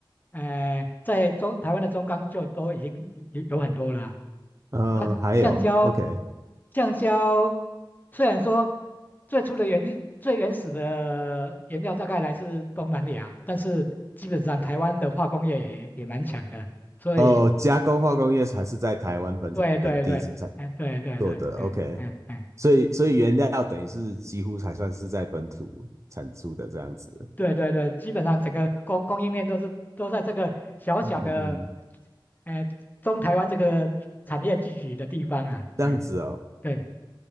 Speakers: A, on the left; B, on the right.
A: 呃，在中台湾的中钢就都已经有有很多了啊
B: 呃，
A: 啊，
B: 还有，OK，
A: 橡胶，橡胶虽然说最初的原料最原始的原料大概来自东南亚，但是基本上台湾的化工业也也蛮强的，所以
B: 哦，加工化工业还是在台湾本本地才
A: 嗯对对对，哎对对对，
B: 做的，OK，
A: 嗯嗯嗯，
B: 所以所以原料等于是几乎才算是在本土产出的这样子，
A: 对对对，基本上整个供供应链都是都在这个小小的，
B: 嗯嗯嗯，
A: 哎、中台湾这个产业聚集的地方啊，
B: 这样子哦，
A: 嗯对